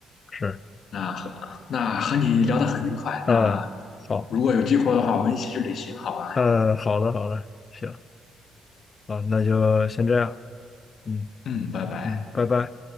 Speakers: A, on the left; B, on the left.
A: 是，
B: 那和那和你聊得很愉快，
A: 嗯，
B: 那
A: 好，
B: 如果有机会的话，我们一起去旅行，好吧？
A: 嗯，好的，好的，行，啊，那就先这样，嗯
B: 嗯，拜拜。
A: 嗯，拜拜。